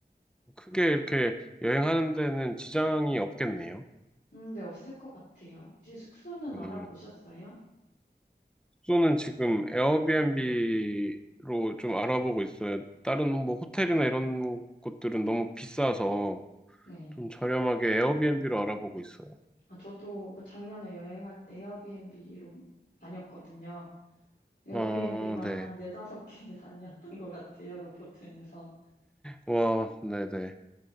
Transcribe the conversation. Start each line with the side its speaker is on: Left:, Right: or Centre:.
Centre: 크게 이렇게 여행하는 데는 지장이 없겠네요.
Left: 음, 네, 없을 것 같아요. 혹시 숙소는
Centre: 음,
Left: 알아보셨어요?
Centre: 숙소는 지금 에어비앤비로 좀 알아보고 있어요. 다른 뭐 호텔이나 이런 곳들은 너무 비싸서
Left: 네.
Centre: 좀 저렴하게 에어비앤비로 알아보고 있어요.
Left: 아, 저도 그 작년에 여행할 때 에어비앤비로 다녔거든요. 에어비앤비만
Centre: 어, 네.
Left: 한 네다섯 개 <laughs> 다녔던 것 같아요, 로보튼에서.
Centre: 와, 네네.